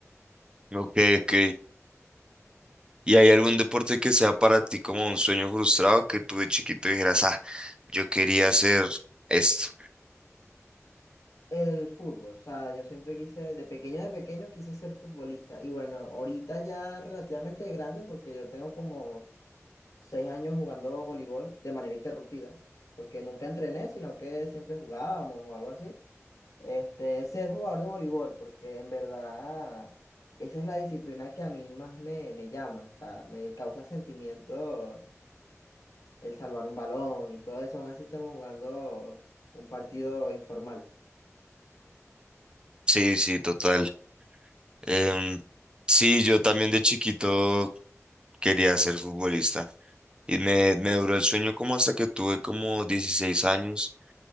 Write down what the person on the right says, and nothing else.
Ok, ok. ¿Y hay algún deporte que sea para ti como un sueño frustrado que tú de chiquito dijeras, ah, yo quería hacer esto?
Sí, sí, total. Em, sí, yo también de chiquito quería ser futbolista. Y me, me duró el sueño como hasta que tuve como 16 años